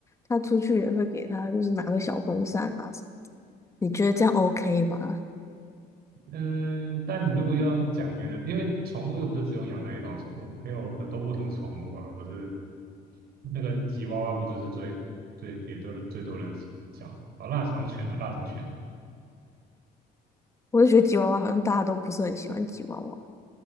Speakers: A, on the left; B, on the right.
A: 它出去也会给它就是拿个小风扇啊什么，你觉得这样 OK 吗？
B: 嗯，但你如果要讲别的，因为宠物又不是只有养那一种宠物，还有很多不同宠物啊，不是那个吉娃娃不就是最最也都是最多人讲哦，腊肠犬啊，腊肠犬
A: 我就觉得吉娃娃好像大家都不是很喜欢吉娃娃。